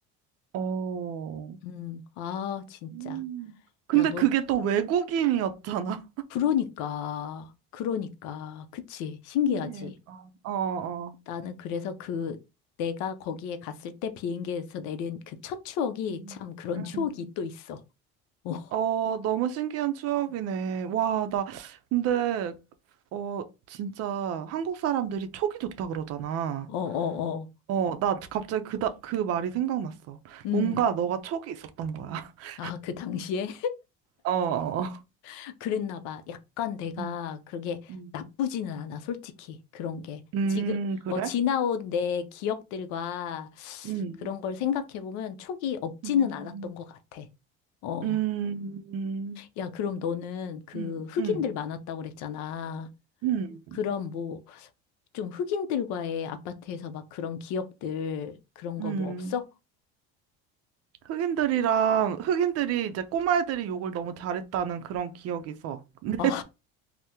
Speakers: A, on the right; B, on the left.
A: 어.
B: 음, 아, 진짜.
A: 음. 근데
B: 야, 넌
A: 그게 또 외국인이었잖아. <laughs>
B: 그러니까, 그러니까, 그치, 신기하지.
A: 신기해. 어, 어, 어.
B: 나는 그래서 그, 내가 거기에 갔을 때 비행기에서 내린 그 첫 추억이
A: 음.
B: 참 그런 추억이
A: 음.
B: 또 있어. <laughs>
A: 어, 너무 신기한 추억이네. 와, 나, 근데, 어, 진짜 한국 사람들이 촉이 좋다 그러잖아.
B: 어, 어, 어, 어.
A: 어, 나 갑자기 그, 다, 그 말이 생각났어.
B: 음.
A: 뭔가 너가 촉이 있었던 거야. <laughs>
B: 아, 그 당시에?
A: 어, 어.
B: <laughs> 그랬나 봐. 약간 내가
A: 음.
B: 그게
A: 음.
B: 나쁘지는 않아, 솔직히. 그런 게.
A: 음,
B: 지금,
A: 그래?
B: 어, 지나온 내 기억들과
A: 음,
B: 그런 걸 생각해보면 촉이 없지는
A: 음.
B: 않았던 것 같아. 어.
A: 음.
B: 야, 그럼 너는 그
A: 음,
B: 흑인들
A: 음,
B: 많았다고 그랬잖아.
A: 음,
B: 그럼 뭐, 좀 흑인들과의 아파트에서 막 그런 기억들, 그런
A: 음.
B: 거 뭐 없어?
A: 흑인들이랑 흑인들이 이제 꼬마애들이 욕을 너무 잘했다는 그런 기억이 있어. <laughs> 근데
B: 아,